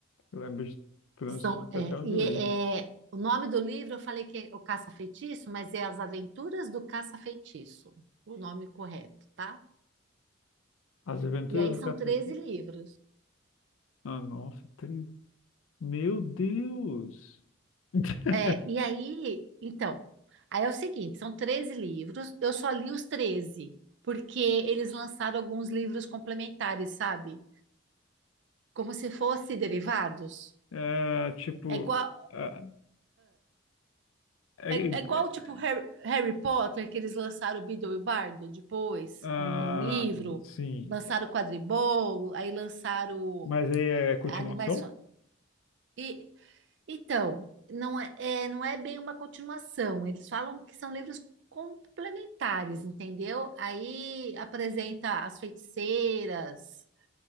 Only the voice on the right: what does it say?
São,
é,
e
é,
é, o nome do livro, eu falei que é o Caça-Feitiço, mas é As Aventuras do Caça-Feitiço, o nome correto, tá?
E aí
são
13 livros.
É, e aí, então, aí é o seguinte, são 13 livros, eu só li os 13 porque eles lançaram alguns livros complementares, sabe? Como se fossem derivados.
É igual.
É,
é igual,
tipo, Harry, Harry Potter, que eles lançaram o Beedle e o Bardo depois,
como um livro.
Lançaram o Quadribol, aí lançaram
Animais... Fan- E, então, não é, é- não é bem uma continuação. Eles falam que são livros complementares, entendeu? Aí apresenta as feiticeiras,